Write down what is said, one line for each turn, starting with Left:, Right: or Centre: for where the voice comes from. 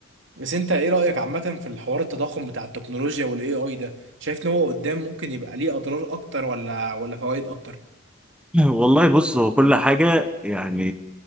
Right: بس أنت إيه رأيك عامة في الحوار التضخم بتاع التكنولوجيا وال AI ده شايف إن هو قدام ممكن يبقى ليه أضرار أكتر ولا ولا فوائد أكتر؟
Centre: والله بص هو كل حاجة يعني